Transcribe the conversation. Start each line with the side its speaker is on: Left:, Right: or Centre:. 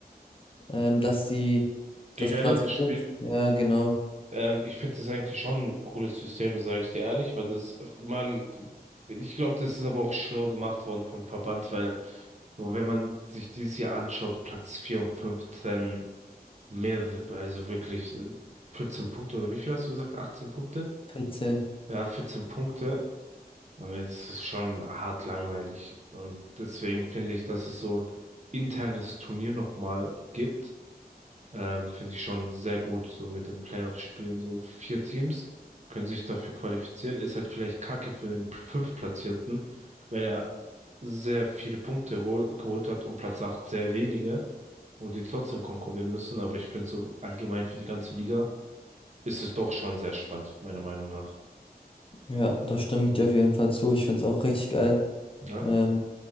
Left: Ähm, dass die, das
Right: Gegeneinander
Left: Platz
Right: spielen?
Left: 5? ja, genau,
Right: Ähm, ich finde das eigentlich schon ein cooles System, sage ich dir ehrlich, weil das, man, ich glaube, das ist aber auch schlau gemacht worden vom Verband, weil so, wenn man sich dieses Jahr anschaut, Platz 4 und 15 mehr, also wirklich äh, 14 Punkte oder wie viel hast du gesagt? achtzehn Punkte?
Left: vierzehn.
Right: Ja, 14 Punkte. Und es ist schon hart langweilig. Und deswegen finde ich, dass es so ein internes Turnier nochmal gibt ähm, finde ich schon sehr gut, so mit dem Playoff-Spielen. So vier Teams können sich dafür qualifizieren. Ist halt vielleicht Kacke für den P- Fünftplatzierten, weil er sehr viele Punkte hol geholt hat und Platz 8 sehr wenige und die trotzdem konkurrieren müssen. Aber ich finde so allgemein für die ganze Liga ist es doch schon sehr spannend, meiner Meinung nach.
Left: Ja, da stimme ich dir auf jeden Fall zu. Ich finde es auch richtig geil.
Right: Ja,
Left: Ähm,